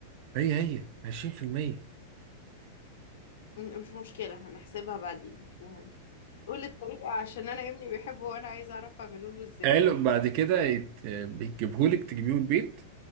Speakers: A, on the right (about 50°); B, on the left (about 75°).
A: هي هي 20%
B: م- مش مشكلة هنحسبها بعدين مش مهم قول الطريقة عشان أنا ابني بيحبه وأنا عايزة أعرف أعمله له إزاي
A: قالوا <laughs> بعد كده يت... بيجيبهولك تجيبيه من البيت